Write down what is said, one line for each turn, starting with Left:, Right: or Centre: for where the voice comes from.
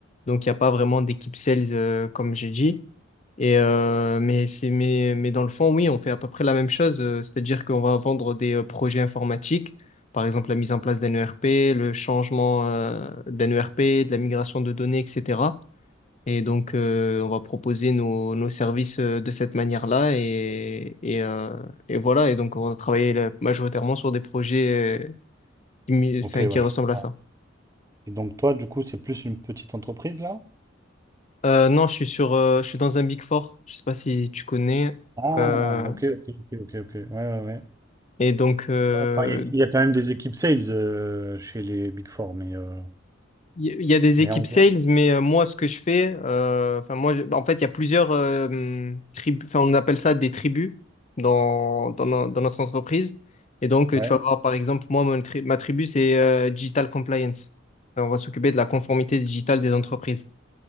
Left: Donc, il n'y a pas vraiment d'équipe sales, euh, comme j'ai dit. Et, euh, mais, c'est, mais, mais dans le fond, oui, on fait à peu près la même chose, euh, c'est-à-dire qu'on va vendre des euh, projets informatiques, par exemple la mise en place d'un ERP, le changement euh, d'un ERP, de la migration de données, etc. Et donc, euh, on va proposer nos, nos services euh, de cette manière-là. Et, et, euh, et voilà. Et donc, on va travailler là, majoritairement sur des projets euh, qui, mi-
Right: Ok,
Left: enfin,
Right: ouais,
Left: qui ressemblent
Right: je comprends.
Left: à ça.
Right: Et donc, toi, du coup, c'est plus une petite entreprise, là?
Left: Euh, non, je suis sur, euh, je suis dans un Big Four. Je sais pas si tu connais.
Right: Ah,
Left: Euh,
Right: ok, ok, ok, ok, ok. Ouais, ouais, ouais.
Left: et donc, euh,
Right: Ouais, enfin, il y, a il y a quand même des équipes sales euh, chez les Big Four, mais, euh,
Left: Il y il y a des
Right: mais
Left: équipes
Right: en gros,
Left: sales, mais euh, moi, ce que je fais, euh, enfin moi, je- bah, en fait, il y a plusieurs euh, hum, tribus, enfin on appelle ça des tribus dans, dans, no- dans notre entreprise. Et donc, euh,
Right: ouais.
Left: tu vas voir, par exemple, moi, mon tri- ma tribu, c'est euh, Digital Compliance. Enfin, On va s'occuper de la conformité digitale des entreprises.